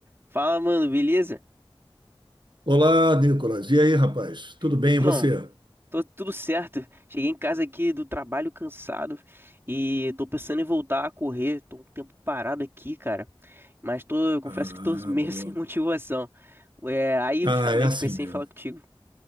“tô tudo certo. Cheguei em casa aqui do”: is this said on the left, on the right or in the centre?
Right